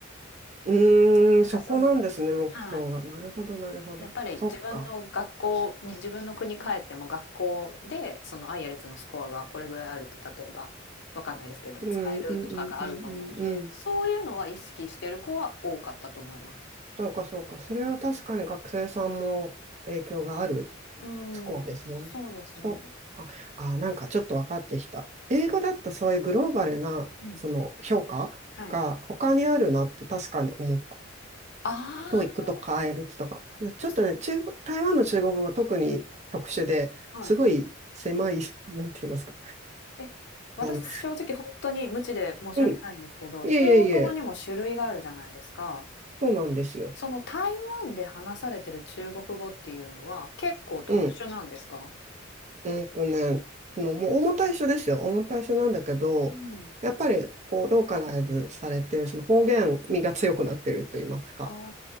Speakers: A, on the right; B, on the left.
A: うーん、
B: なんかその、
A: そこなんですね、目標が。
B: はい。
A: なるほど、なるほど。
B: やっぱり自分の学校に、
A: そっか。
B: 自分の国帰っても学校で、そのアイエルツのスコアがこれぐらいあると、例えば、わかんないですけど、
A: うん、
B: 使えるとかがあると思うんで、
A: うん、うん、うん、うん。うん
B: そういうのは意識してる子は多かったと思います。
A: そうか、そうか。それは確かに学生さんも影響がある
B: うん、
A: スコアですもんね。
B: そうですね。
A: そっか。あ、なんかちょっと分かってきた。英語だとそういうグローバルな、
B: うん、
A: その評価が他にあるなって確かに思った。
B: はい。あ
A: ト o e とか IELTS とか。ちょっとね、
B: あ、確かに。
A: 中国、台湾の中国語は特に特殊ですごい狭い、
B: はい。
A: なんて言いますか。
B: え、私正直本当に無知で申し訳ないんですけど、
A: あの、うん。いえいえいえ、
B: 中国語にも種類があるじゃないですか。
A: そうなんですよ。
B: その台湾で話されてる中国語っていうのは、結構特殊なんですか？
A: うん。うんとね、そのもう、重たい緒ですよ。重たい緒なんだけど、
B: うん。
A: やっぱり、こう、ローカライズされて、その方言味が強くなってると言いますか。
B: あ